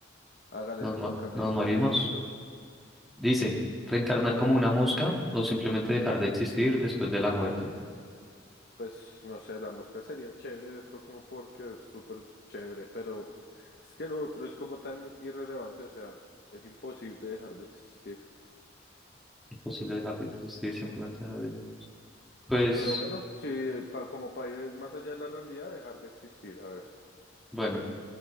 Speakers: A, on the left; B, in the centre.
A: Hágale,
B: nos,
A: te
B: mo-
A: toca mi,
B: nos morimos.
A: mi negrito.
B: Dice, reencarnar como una mosca o simplemente dejar de existir después de la muerte.
A: Pues no sé, la mosca sería chévere, por- como porque es súper chévere, pero es que lo otro es como tan irrelevante, o sea, es imposible dejar de existir.
B: Imposible dejar de existir,
A: Ujú.
B: simplemente dejar de existir. Pues
A: Pero bueno, sí, eh, pa- como para ir más allá de la realidad, dejar de existir, a ver.
B: bueno,